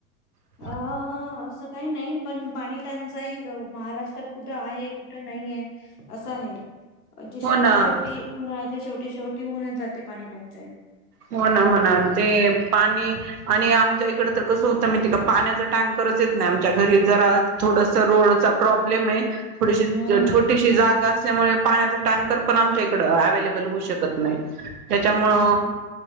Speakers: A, on the right; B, on the left.
A: ह
B: अ असं काही नाही पण पाणी टांचाही महाराष्ट्रात कुठं आहे कुठं नाही आहे. असं आहे जे शेवटी
A: हो ना
B: शेवटी उन्हाळायच शेवटी शेवटी हुऊनच जाते पाणी टचाई.
A: हो ना हो ना ते पाणी आणि आमच्या इकडं तर कसं होतं मी तिकं पाण्याचा टँकरच येत नाही आमच्या घरी जरा थोडस रोडचा प्रॉब्लेम आहे थोडीशी
B: हम्म
A: छोटी ती जागा असल्यामुळे पाण्याचा टँकर पण आमच्या इकडं अवलेबल होऊ शकत नाही त्याच्यामुळे
B: हम्म हम्म.